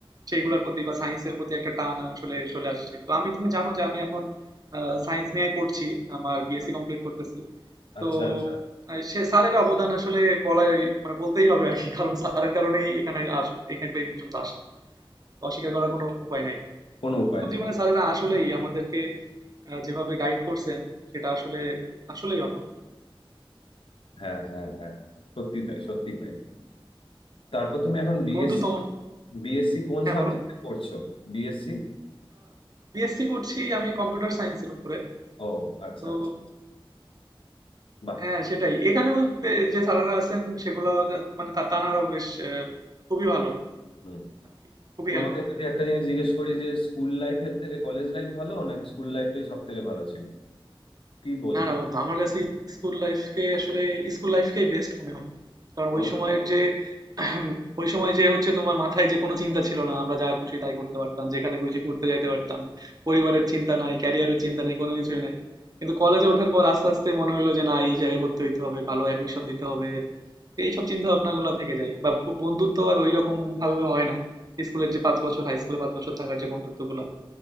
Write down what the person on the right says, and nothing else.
সেইগুলোর প্রতি বা সায়েন্সের প্রতি একটা টান আসলে চলে আসছে তো আমি তুমি জানো যে আমি এখন সায়েন্স নিয়েই পড়ছি আমার বিএসসি কমপ্লিট করতেছি
তো
আহ, সে স্যারের অবদান আসলে বলাই মানে বলতেই হবে আর কি কারণ স্যারের কারণেই এখানে আস এখানে এই পর্যন্ত আসা তো অস্বীকার করার কোনো উপায় নাই
স্কুল
জীবনে স্যারেরা আসলেই আমাদেরকে আহ, যেভাবে গাইড করছেন সেটা আসলে আসলেই অনন্য
বন্ধু তোমার
হ্যাঁ
বলো
বিএসসি করছি আমি কম্পিউটার সায়েন্সের উপরে
তো
হ্যাঁ সেটাই এখানেও বে- যে স্যারেরা আছেন সেগুলো মানে তা- তানারাও বেশ আহ, খুবই ভালো
আর কি, খুবই
হেল্পফুল
না, না বন্ধু আমার কাছে স্কুল লাইফকে আসলে স্কুল লাইফকেই বেস্ট মনে হয় কারণ
ওই সময়ের
যে <clears throat> ওই সময় যে হচ্ছে তোমার মাথায় যে কোনো চিন্তা ছিল না আমরা যা খুশি তাই করতে পারতাম যেখানে খুশি ঘুরতে যাইতে পারতাম পরিবারের চিন্তা নাই ক্যারিয়ারের চিন্তা নাই কোনো কিছুই নাই কিন্তু কলেজে ওঠার পর আস্তে আস্তে মনে হলো যে না এই জায়গায় ভর্তি হইতে হবে ভালো অ্যাডমিশন দিতে হবে এইসব চিন্তা ভাবনা গুলা থেকে যায় বা বন্ধুত্ব আর ওই রকম ভাবে হয় না স্কুলের যে পাঁচ বছর হাই স্কুলে পাঁচ বছর থাকার যে বন্ধুত্ব গুলা